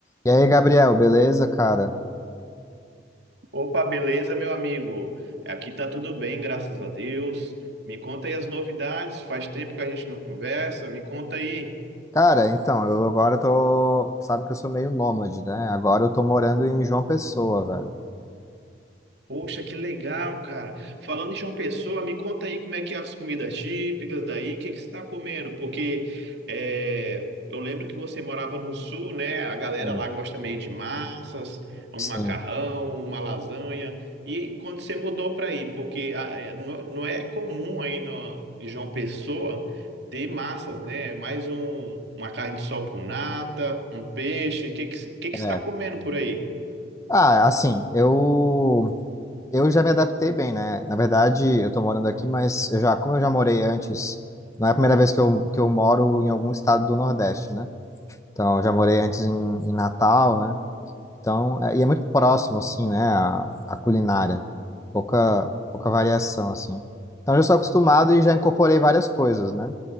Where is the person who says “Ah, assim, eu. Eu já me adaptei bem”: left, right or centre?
Left